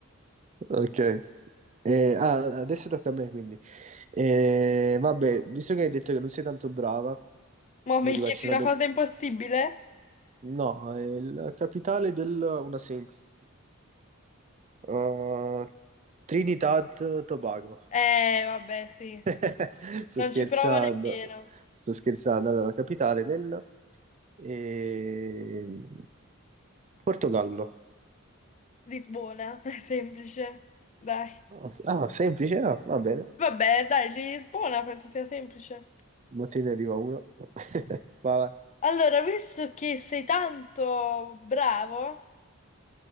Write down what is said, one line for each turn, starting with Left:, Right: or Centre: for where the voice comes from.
Right: Ok. Eh, ah, adesso tocca a me, quindi. Eh, vabbè, visto che hai detto che non sei tanto brava,
Left: Ma mi
Right: io ti
Left: chiedi
Right: faccio una
Left: una
Right: domanda.
Left: cosa impossibile?
Right: No, è la capitale del... una semplice. Uh, Trinidad Tobago.
Left: Eh, vabbè, sì.
Right: <laughs> Sto
Left: Non
Right: scherzando,
Left: ci provo nemmeno.
Right: sto scherzando. Allora, la capitale del ehm, Portogallo.
Left: Lisbona, <laughs> è semplice. Dai.
Right: Ok. Ah, semplice, ah, va bene.
Left: Vabbè, dai, Lisbona penso sia semplice.
Right: Ma te ne arriva uno. <laughs> Vai, vai.
Left: Allora, visto che sei tanto bravo,